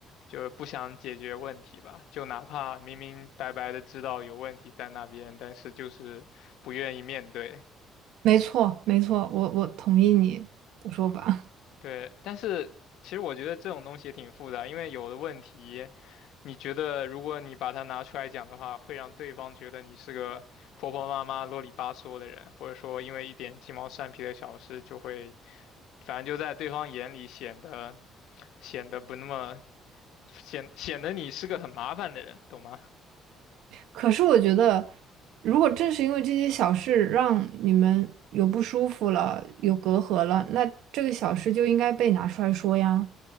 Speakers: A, on the left (about 70°); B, on the right (about 75°).
A: 就是不想解决问题吧。就哪怕明明白白的知道有问题在那边，但是就是不愿意面对。
B: 没错，没错，我我同意你的说法。
A: 对，但是其实我觉得这种东西也挺复杂，因为有的问题，你觉得如果你把它拿出来讲的话，会让对方觉得你是个婆婆妈妈、啰里吧嗦的人，或者说因为一点鸡毛蒜皮的小事就会反正就在对方眼里显得显得不那么显显得你是个很麻烦的人，懂吗？
B: <laughs> 可是我觉得，如果正是因为这些小事让你们有不舒服了，有隔阂了，那这个小事就应该被拿出来说呀。